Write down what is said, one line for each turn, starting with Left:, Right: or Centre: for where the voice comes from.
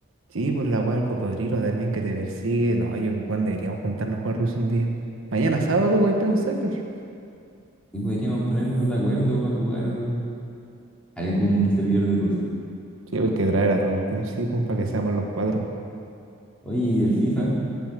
Right: sí, pues la weá del cocodrilo también que te persigue. No, yo, weón, deberíamos juntarnos a jugar Rus un día. Mañana
Centre: Sí,
Right: sábado, wey, pega un server. Sí,
Centre: Y podríamos ponernos de acuerdo para jugar algún servidor de Rust.
Right: pues, hay que traer a todo el team, sí, pues, para que seamos los cuatro.
Centre: Oye, y del FIFA,